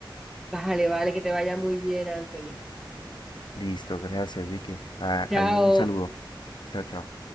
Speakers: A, in the centre; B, on the left (about 65°).
A: Vale, vale, que te vaya muy bien, Anthony.
B: Listo, gracias, Vicky. Ah,
A: Chao.
B: hay un saludo. Chao, chao.